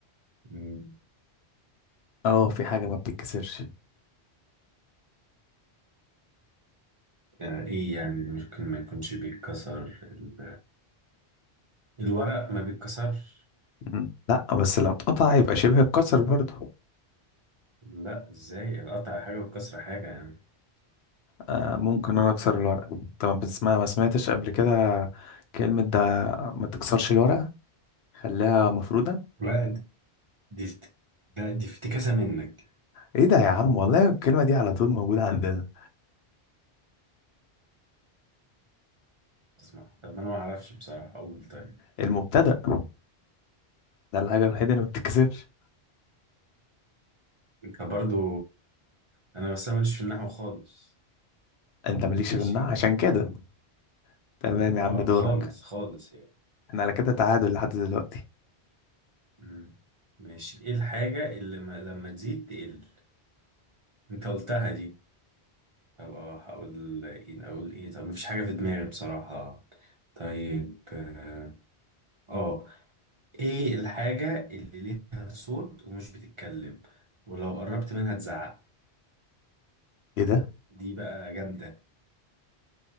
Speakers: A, on the right; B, on the left.
A: مم.
B: اه في حاجه ما بتتكسرش
A: آه، ايه يعني ممكن ما يكونش بيتكسر ال... الورق ما بيتكسرش
B: مم. لا بس لو اتقطع يبقى شبه اتكسر برضه
A: لا ازاي القطع حاجة والكسر حاجة يعني
B: آه ممكن انا اكسر الورقه طبعا بس ما ما سمعتش قبل كده كلمه ده ما تكسرش الورقه خليها مفرودة
A: لا دي دي افت... ده دي افتكاسة منك دي
B: ايه ده يا عم اه والله الكلمة دي على طول موجودة عندنا
A: اسمع طب انا ما اعرفش بصراحة اقول طيب
B: المبتدأ ده الحاجة الوحيدة اللي ما بتتكسرش
A: انت برضو انا بس أنا ماليش في النحو خالص
B: انت مالكش
A: ماشي
B: في النوع عشان كده تمام
A: اه
B: يا عم دورك
A: خالص خالص يعني
B: احنا على كده تعادل لحد دلوقتي
A: مم. ماشي ايه الحاجة اللي ما لما تزيد تقل انت قلتها دي طب اه هقول ايه اقول ايه طب مفيش حاجة في دماغي بصراحة طيب اه آه. ايه الحاجة اللي ليها صوت ومش بتتكلم ولو قربت منها تزعق
B: ايه ده
A: دي بقى جامدة